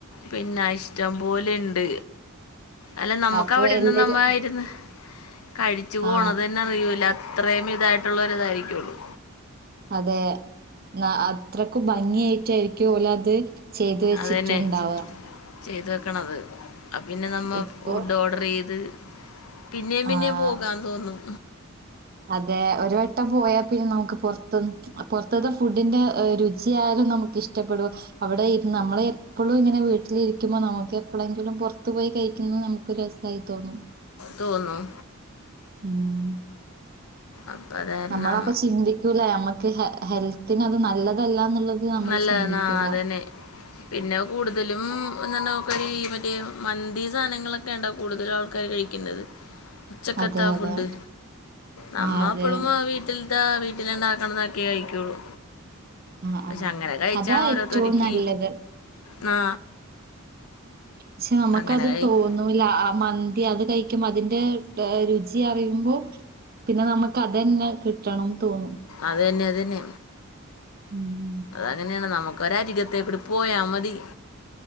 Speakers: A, on the left; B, on the right.
A: പിന്നെ ഇഷ്ടം പോലെണ്ട് അല്ല നമ്മുക്ക്
B: അപ്പൊ
A: അവിടെരുന്ന്
B: എല്ലാരും
A: നമ്മ ആയിന്ന് കഴിച്ചു പോണതനെ
B: ആ
A: അറിയുല ഇത്രയും ഇതായിട്ടുള്ള രു ഇതായിരിക്കള്ളു
B: അതെ ന അത്രക്കും ഭംഗിയ ആയിട്ടായിരിക്കും ഒൽ അത് ചെയ്തു വെച്ചിട്ടുണ്ടാവ.
A: അതന്നെ ചെയ്തു വെക്കണത് പിന്നെ നമ്മൾ
B: ഇപ്പൊ
A: ഫുഡ് ഓർഡർ ചെയ്ത് പിന്നേം പിന്നേം
B: ആ
A: പോകാൻ തോന്നും
B: അതെ ഒരു വട്ടം പോയാൽ പിന്നെ നമുക്ക് പുറത്ത് പുറത്തത്തെ ഫുഡിന്റെ രുചിയായാലും നമുക്ക് ഇഷ്ടപ്പെടും അവിടെ രുന്ന് നമ്മള എപ്പോഴും ഇങ്ങനെ വീട്ടിലിരിക്കുമ്പോ നമുക്ക് എപ്പോളെങ്കിലും പുറത്തു പോയി കഴിക്കുന്നത് നമുക്ക് രസയി തോന്നും
A: തോന്നും
B: ഉം
A: അപ്പം അത് കാരണം
B: നമ്മള അപ്പ ചിന്തിക്കൂല നമ്മക്ക് ഹെ ഹെൽത്ത് തിന് നല്ലതല്ല എന്നുള്ളത് നമ്മള്
A: നല്ലന്നാ
B: ചിന്തിക്കൂല.
A: അതന്നെ പിന്നെ കൂടുതലും ഇങനോക്കലും മേ മന്തി സാധനങ്ങളൊക്കെ ഉണ്ടാ കൂടുതൽ ആൾക്കാര് കഴിക്കണ്ടുന്നത് ഉച്ചക്കത്താ
B: അതെ അതെ.
A: ഫുഡ് നമ്മപ്പോളും
B: ആ അതെ.
A: വീട്ടിൽ ഇ വീട്ടില ഇണ്ടാക്കണതൊക്കെ കഴിക്കുള്ളൂ
B: ആ
A: പക്ഷെ
B: ആ
A: അങ്ങനെ കഴിച്ചാണ്
B: അതാ
A: ഓരോരുത്തർക്ക്
B: ഏറ്റവും നല്ലത്
A: ആ
B: ക്ഷെ അമ്മക്കത്
A: അങ്ങനെ കഴി
B: തോന്നൂലാ ആ മം തി അത് കഴിക്കുമ്പോ അതിന്റെ ത രുചി അറിയുമ്പോ പിന്നെ നമ്മക്ക് അതന്നെ കിട്ടണം തോന്നും.
A: അത് തന്നെ അത് തന്നെ
B: ഉം.
A: അങ്ങനെയാണ് നമു ഒരു അരികത്തെ കൂടെ പോയാ മതി